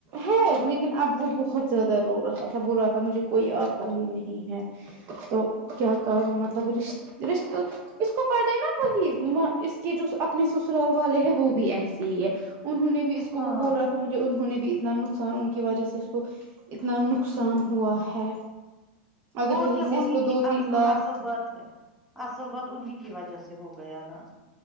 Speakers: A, on the right; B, in the centre.
A: ہے لیکن اب وہ بہت زیادہ رو رہا تھا بول رہا تھا مجھے کوئی آتا ہی نہیں ہے تو کیا کروں مطلب رشتے رشت اس کو پڑھے نا وہی اس کے جو اپنے سسرال والے ہیں وہ بھی ایسے ہی ہے انہوں نے بھی اس کو
B: ہاں
A: وہ بول رہا تھا مجھے انہوں نے بھی اتنا نقصان ان کی وجہ سے اس کو اتنا نقصان ہوا ہے اگر
B: اور
A: کہیں
B: کیا
A: سے
B: انہیں
A: اس کو
B: کی
A: دو تین
B: اصل
A: لاکھ
B: اصل بات ہے اصل بات انیں کی وجہ سے ہو گیا نا